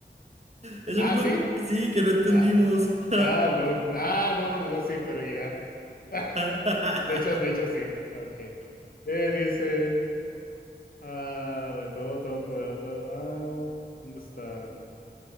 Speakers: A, on the right (about 40°); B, on the left (about 55°).
A: Es
B: Ah,
A: el mismo,
B: ¿sí?
A: sí, que no entendimos.
B: Ah,
A: <laughs>
B: ah, Lord. Ah, no, no, sí, pero ya. <laughs>
A: ¡Ah,
B: De hecho, de hecho, sí. Ok. Eh, dice, ah, a ver, todo, todo, todo, todo. Ah, ¿dónde está?